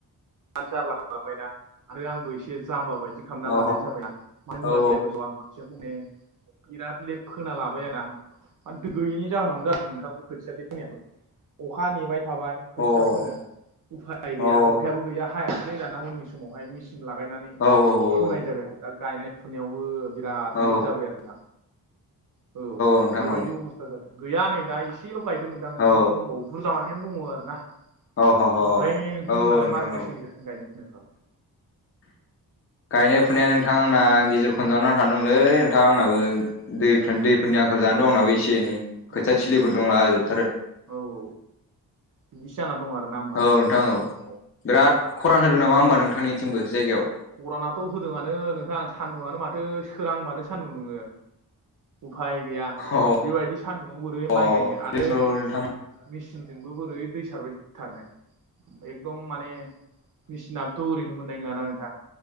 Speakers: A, on the right; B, on the left.
A: राद जारला खालामबायना आरो आंबो एसे जाम्बा बायदि खालामना
B: अ
A: लानाय जाबायना मानो होनोब्ला
B: अ औ
A: देगाय बोसोराव आं खोथियाखौनो बिराद लेद फोना लाबाय आरोना मा दै गैयिनि जाहोनावनो जादों नोंथां बे खोथिया लिद फैनायाबो अखा नेबाय थाबाय खोथिया
B: औ अ
A: फोनो उफाय गैया
B: अ औ
A: अखा खायाबो गैया हायासै दाना उननि समावहाय मेसिन लागायनानै
B: औ औ
A: फोनाय
B: औ
A: जाबाय आरो दा गायनाय फुनायावबो बिराद
B: औ
A: लेट जाबाय आरो नोंथां औ
B: नोंथां
A: बेबायदि
B: औ
A: अबस्था था जादों गैया नै दा एसेल' गायदों नोंथां एसे
B: औ
A: दंबावो बुरजा मानियानो दङो आरो ना
B: औ ह ह
A: ओमफ्राय नोंथांमोननालाय
B: औ नोंथां
A: मारै
B: औ
A: सोलिगासिनो गायनाय फुनायफ्रालाय
B: गायनाय फुनाया नोंथां आंना गेजेर खनदवानो नांथाना दंलै नोंथां आंनाबो दैफ्रा
A: अ
B: दै फोरनि आंखाल जाना दं आंनाबो एसे एनै खोथिया
A: उ उ
B: थिलिफोर
A: उ
B: दंला जोबथारो
A: औ औ बिदिसो जाना दं आरो ना होमबा
B: औ नोंथां औ
A: अ
B: बिराद खरान होदों नामा होमबा नोंथांनिथिंबो जायगायाव
A: गरानाथ' होदोंआनो नोंथां सान्दुङानो माथो सोरांबानो सान्दुं दुङो उफाय गैया
B: अ
A: बेबायदि सान्दुङाव बोरै
B: औ
A: माइ गायनो आरो
B: नोंथां
A: मेसिनजोंबो बोरै दै सारबायथारनो एकदम माने मेसिनाबोथ' ओरैनो मोननाय नङाना नोंथां